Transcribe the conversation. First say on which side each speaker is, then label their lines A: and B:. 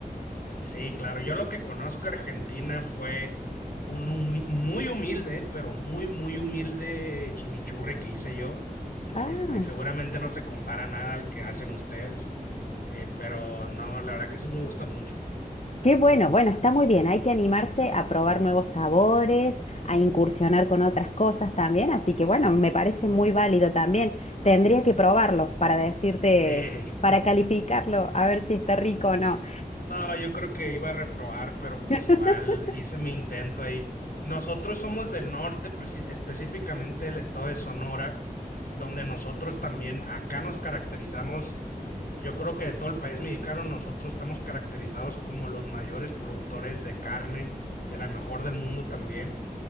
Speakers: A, on the left; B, on the left.
A: Sí, claro. Yo lo que conozco de Argentina fue un humi- muy humilde, pero muy, muy humilde chimichurri que hice yo.
B: Ah.
A: Este, seguramente no se compara nada al que hacen ustedes, eh, pero no, la verdad que sí me gusta mucho.
B: Qué bueno, bueno, está muy bien. Hay que animarse a probar nuevos sabores, a incursionar con otras cosas también. Así que bueno, me parece muy válido también. Tendría que probarlo para decirte,
A: <laughs>
B: para calificarlo, a ver si está rico o no.
A: No, yo creo que iba a reprobar, pero
B: <laughs>
A: pues igual hice mi intento ahí. Nosotros somos del norte, preci- específicamente del estado de Sonora, donde nosotros también acá nos caracterizamos, yo creo que de todo el país mexicano, nosotros estamos caracterizados como los mayores productores de carne, de la mejor del mundo también,